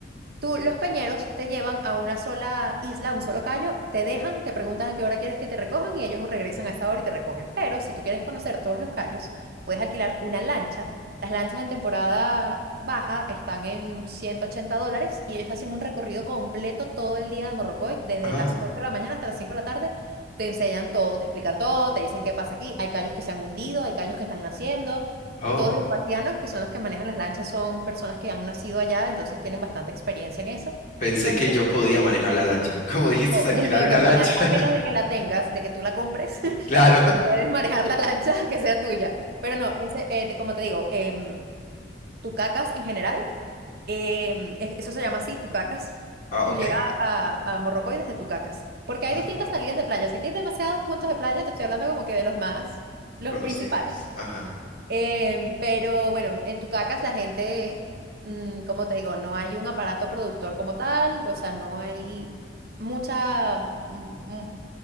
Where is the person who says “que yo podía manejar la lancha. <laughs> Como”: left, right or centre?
Left